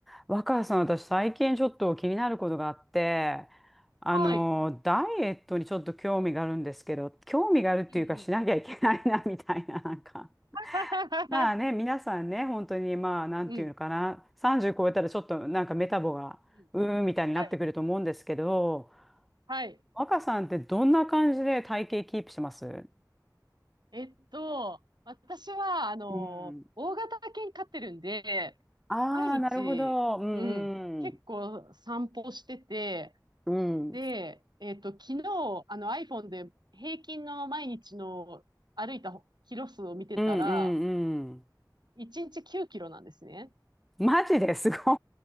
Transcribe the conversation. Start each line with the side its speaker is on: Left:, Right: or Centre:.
Centre: 若狭さん、私最近ちょっと気になることがあって、あの、
Right: はい。
Centre: ダイエットにちょっと興味があるんですけど、興味があるっていうかしなきゃいけないな、
Right: うんうん。
Centre: みたいな、なんか。
Right: <laughs>
Centre: まあね、皆さんね、本当にまあ、なんていうのかな、
Right: うん。
Centre: 30超えたらちょっとなんかメタボが、
Right: うん
Centre: うーんみたいになってくると思うんですけど、
Right: はい。はい。
Centre: 若さんってどんな感じで体型キープしてます
Right: えっと、私は、あの、
Centre: うん。
Right: 大型犬飼ってるんで、
Centre: ああ、
Right: 毎日、
Centre: なるほど。うんうん。
Right: うん、結構散歩してて、
Centre: うん。
Right: で、えっと、昨日、あの iPhone で平均の毎日の歩いたキロ数を見てたら、
Centre: うんうんうん。
Right: 1日9キロなんですね。
Centre: マジですご